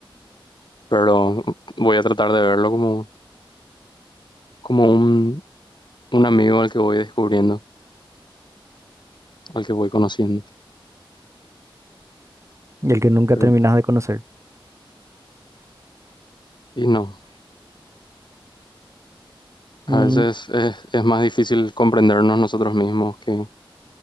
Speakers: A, on the left (about 55°); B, on the right (about 35°).
A: pero voy a tratar de verlo como, como un, un amigo al que voy descubriendo, al que voy conociendo.
B: Y el que nunca
A: Pero,
B: terminas de conocer.
A: y no, a
B: Mm,
A: veces es, es más difícil comprendernos nosotros mismos que,